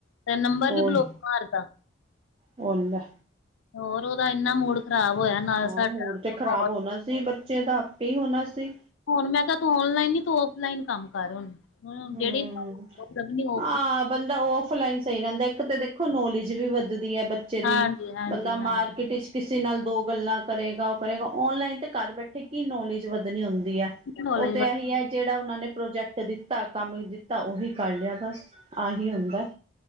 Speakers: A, on the left (about 80°); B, on the right (about 30°).
A: 'ਤੇ ਨੰਬਰ
B: ਉਹੀ
A: ਵੀ ਬਲੋਤ ਮਾਰਤਾ।
B: ਉਹ ਲੈ।
A: ਹੋਰ ਉਦਾ ਇੰਨਾ ਮੂਡ ਖਰਾਬ ਹੋਇਆ। ਨਾਲ
B: ਹਾਂ
A: ਸਾਡਾ
B: ਮੂਡ ਤੇ ਖ਼ਰਾਬ
A: ਹੋਰ
B: ਹੋਣਾ ਸੀ, ਬੱਚੇ ਦਾ ਆਪੇ ਹੀ ਹੋਣਾ ਸੀ।
A: ਹੁਣ ਮੈਂ ਕਿਹਾ ਤੂੰ ਔਨਲਾਈਨ ਨੀ ਤੂੰ ਔਫਲਾਈਨ ਕੰਮ ਕਰ ਹੁਣ ਹੁਣ
B: ਹੂੰ,
A: ਜਿਹੜੀ ਲੱਭਣੀ ਔਫ
B: ਆ ਬੰਦਾ ਔਫਲਾਈਨ ਸਈ ਰੈਂਦੈ ਇੱਕ ਤਾਂ ਦੇਖੋ ਨੌਲੇਜ ਵੀ ਵੱਧਦੀ ਹੈ ਬ ਚੇ
A: ਹਾਂਜੀ
B: ਦੀ
A: ਹਾਂਜੀ
B: ਬੰਦਾ
A: ਹਾਂ।
B: ਮਾਰਕੀਟ ਇੱਚ ਕਿਸੇ ਨਾਲ ਦੋ ਗੱਲਾਂ ਕਰੇਗਾ ਓ ਕਰੇਗਾ ਔਨਲਾਈਨ ਤਾਂ ਘਰ ਬੈਠੇ ਕੀ ਨੌਲੇਜ ਵੱਧਣੀ ਹੁੰਦੀ ਐ।
A: ਨੌਲੇਜ
B: ਓ ਤੇ ਐਹੀ ਐ ਜੇੜਾ ਓਨਾਂ ਨੇ ਪ੍ਰੋਜੈਕਟ ਦਿੱਤਾ ਕੰਮ ਦਿੱਤਾ ਓਹੀ ਕਰ ਲੇਆ ਬਸ ਆਹੀ ਹੁੰਦਾ